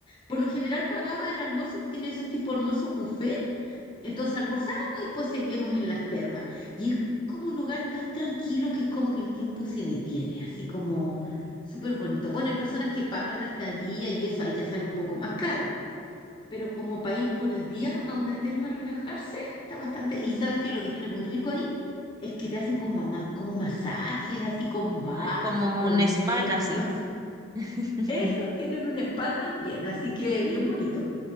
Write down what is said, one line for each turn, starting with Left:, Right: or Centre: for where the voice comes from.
Left: Por lo general pagaba el almuerzo que tienen esos tipos de almuerzos buffet. Entonces almorzábamos y después seguíamos en las termas. Y es como un lugar tan tranquilo que es como que el tiempo se detiene, así como súper bonito. Bueno, hay personas que pagan la estadía y eso ahí ya sale un poco más caro pero como para ir por el día a una terma a relajarse, está bastante. Y sabes que lo que tiene muy rico ahí es que te hacen como, ama- como masajes, así con barro,
Right: Ah, es como
Left: con
Right: un spa
Left: miel,
Right: casi.
Left: <laughs> con no sé.
Right: <laughs>
Left: Eso, tienen un spa también, así que bien bonito.